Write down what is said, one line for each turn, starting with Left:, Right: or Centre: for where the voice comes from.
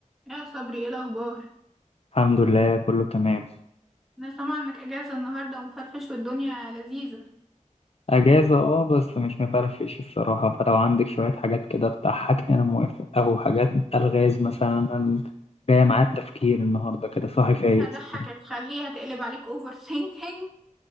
Centre: يا صبري ايه الاخبار
Left: الحمد لله كله تمام
Centre: انا سامعه انك اجازه النهارده ومفرفش والدنيا لذيذه
Left: اجازه اه بس مش مفرفش الصراحه فلو عندك شويه حاجات كده تضحكني انا موافق او حاجات الغاز مثلا أنا جايه معايا التفكير النهارده كده صاحي فايق
Centre: هضحكك
Left: الصراحة.
Centre: خليها تقلب عليك اوفر ثينكينج